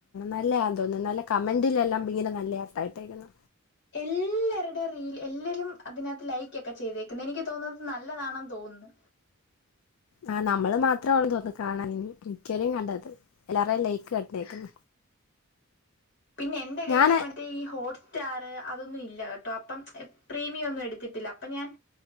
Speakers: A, on the left (about 70°); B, on the left (about 55°).
A: നല്ലയാ തോന്നുന്നു നല്ല കമന്റില്ലല്ലോ അബിഗിന് നല്ലയാ ടൈപ്പേയിനു.
B: ഇല്ല. രുടെ റീൽ എല്ലരും അതിനകത്ത് ലൈക്ക് ഒക്കെ ചെയ്തേക്കുന്നു എനിക്ക് തോന്നുന്നത് നല്ലതാണ തോന്നുന്നു.
A: ആഹ് നമ്മള് മാത്രൊള്ളു തോന്നുന്നു കാണാൻ ഇനി മിക്കരും കണ്ടത് എല്ലാരെയും ലൈക്ക് കണ്ടേക്ക്ണ്.
B: പിന്നെ എന്റെ കയ്യിൽ
A: ഞാന്
B: മറ്റേ ഈ ഹോട്ട്സ്റ്റാർ അതൊന്നും ഇല്ല. <unintelligible> എ പ്രീമിയം ഒന്നും എടുത്തിട്ടില്ല അപ്പൊ ഞാൻ